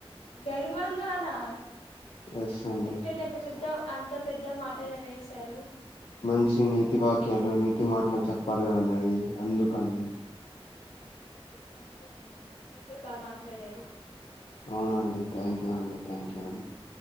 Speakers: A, on the left (about 80°); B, on the left (about 65°).
A: గర్వాంగానా
B: ఎస్ అండి
A: ఏంటండి అంత పెద్ద అంత పెద్ద మాట అనెస్ తరు
B: మంచి నీతి వాక్యాలు నీతి మాటలు చెప్పారు కాదఅండని ఎందుకండి
A: ఓకే అండి థ్యాంక్ యూ అండి మీరు కూడా బాగా మాట్లాడారు
B: అవునండి థ్యాంక్ యూ అండి థ్యాంక్ యూ అండి